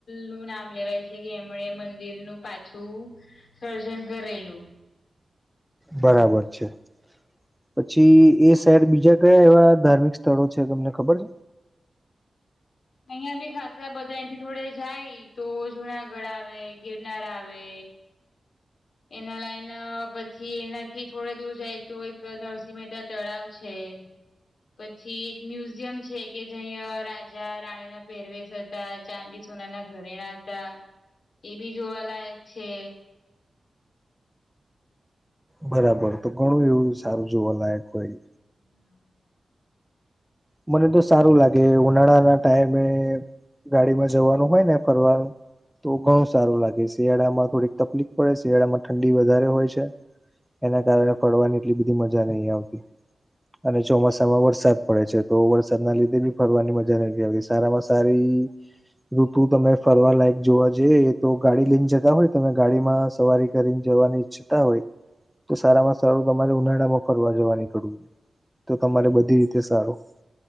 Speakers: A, on the left; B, in the centre.
A: નું નામ લેવાય છે કે એમણે મંદિરનું. પાછું સર્જન કરેલું.
B: બરાબર છે. પછી એ શહેર બીજા કયા એવા ધાર્મિક સ્થળો છે તમને ખબર છે.
A: અહિયાં બી ખાસ બધા અહીંથી થોડે જાય તો જુનાગઢ આવે ગિરનાર આવે. એના લાઈન પછી એનાથી થોડે દૂર જાય તો એક નરસિંહ મહેતા તળાવ છે. પછી એક મ્યુઝિયમ છે કે જહં રાજા રાણીના પેરવે. ચાંદ સોના ના ઘરેણા હતા એ બી જોવાલાયક છે.
B: બરાબર તો ઘણું એવું સારું જોવા લયક હોય.
A: હમ.
B: મને તો સારું લાગે ઉનાળા ના ટાઈમે ગાડીમાં જવાનું હોય ને ફરવાનું. તો ઘણું સારું લાગે શિયાળામાં થોડીક તકલીફ પડે શિયાળામાં ઠંડી વધારે હોય છે. એના કારણે ફડવાની એટલી બધી મજા નહીં આવતી અને ચોમાસામાં વરસાદ પડે છે. તો વરસાદ ના લીધે બી ફરવાની મજા નથી આવતી સારામાં સારી. ઋતુ તમે ફરવા લાયક જોવા જઈએ એ તો ગાડી લઈને જતા હોય તમે ગાડીમાં સવારી. કરીને જવાની ઈચ્છતા હોય તો સારામાં સારું તમારે ઉનાળા માં ફરવા જવાની કડવું જો. તો તમારે બધી રીતે સારું.